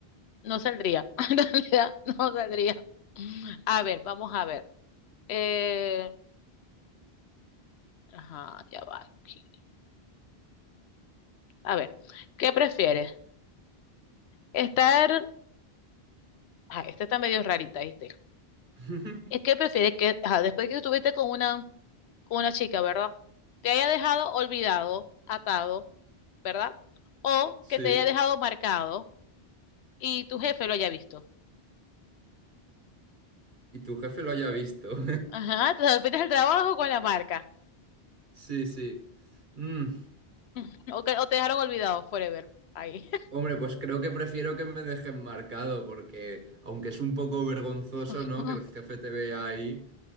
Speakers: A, on the left; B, on the right.
A: No saldría. <laughs> En realidad, no saldría. A ver, vamos a ver. Eh, ajá, ya va aquí. A ver, ¿qué prefieres? Estar. Ah, esta está medio rarita, ¿viste?
B: <laughs>
A: Es que prefieres que, ajá, después que estuviste con una, con una chica, ¿verdad? Te haya dejado olvidado, atado, ¿verdad? O
B: Sí.
A: que te haya dejado marcado y tu jefe lo haya visto.
B: Y tu jefe lo haya visto. <laughs>
A: Ajá, <laughs> te despides el trabajo con la marca.
B: Sí, sí. Mm.
A: <laughs> O, que, o te dejaron olvidado, forever. Ahí.
B: Hombre, pues creo que prefiero que me dejen marcado, porque aunque es un poco vergonzoso,
A: <laughs>
B: ¿no? Que el jefe te vea ahí,